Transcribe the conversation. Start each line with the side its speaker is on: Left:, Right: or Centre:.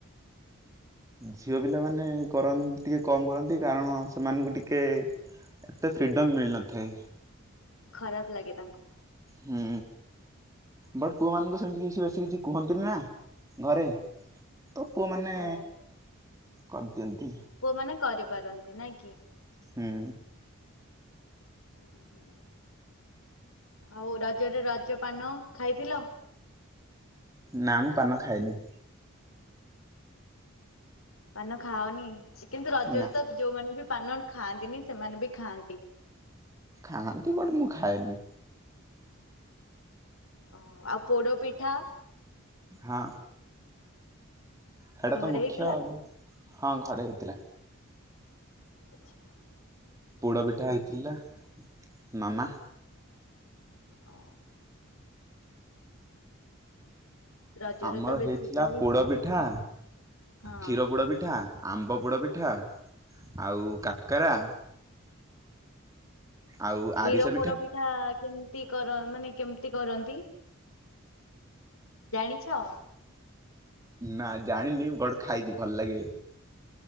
Right: ଝିଅ ପିଲାମାନେ କରନ୍ତି ଟିକେ କମ୍ କରନ୍ତି କାରଣ ସେମାନଙ୍କୁ ଟିକେ ଏତେ ଫ୍ରିଡ଼ମ୍ ମିଳିନଥାଏ।
Left: ଖରାପ୍ ଲାଗେ ତାଙ୍କୁ।
Right: ହୁଁ ବଟ୍ ପୁଅମାନଙ୍କୁ ସେମିତି କିଛି ବେଶୀ କିଛି କୁହନ୍ତିନି ନା ଘରେ ତ ପୁଅ ମାନେ
Left: ଓ
Right: କରିଦିଅନ୍ତି।
Left: ପୁଅ ମାନେ କରି ପାରନ୍ତି ନାଇଁ କି
Right: ହୁଁ।
Left: ହୁଁ ହୁଁ। ଆଉ ରଜରେ ରଜ ପାନ ଖାଇଥିଲ।
Right: ନା ମୁଁ ପାନ ଖାଏନି।
Left: ପାନ ଖାଏନି କିନ୍ତୁ ରଜରେ
Right: ନା
Left: ତ ଯୋଉମାନେ ବି ପାନ ଖାଆନ୍ତିନି ସେମାନେ ବି ଖାଆନ୍ତି।
Right: ଖାଆନ୍ତି ବଟ୍ ମୁଁ ଖାଏନି।
Left: ଓ ଆଉ ପୋଡ ପିଠା।
Right: ହଁ। ସେଇଟା
Left: ଘରେ
Right: ତ ମୁଖ୍ୟ
Left: ହେଇଥିଲା
Right: ଆଉ ହଁ ଘରେ ହେଇଥିଲା।
Left: ଆଛା।
Right: ପୋଡ଼ ପିଠା ହେଇଥିଲା ମାମା।
Left: ଓ, ରଜରେ
Right: ଆମର
Left: ତ ବେସିକାଲି
Right: ହେଇଥିଲା ପୋଡ ପିଠା।
Left: ହଁ
Right: କ୍ଷୀର ପୋଡ଼ ପିଠା ଆମ୍ବ ପୋଡ଼ପିଠା ଆଉ କାକରା। ଆଉ
Left: କ୍ଷୀର
Right: ଆରିସା
Left: ପୋଡ ପିଠା କେମତି କର ମାନେ କେମିତି କରନ୍ତି ଜାଣିଛ।
Right: ନା ଜାଣିନି ବଟ୍ ଖାଇଛି ଭଲ ଲାଗେ।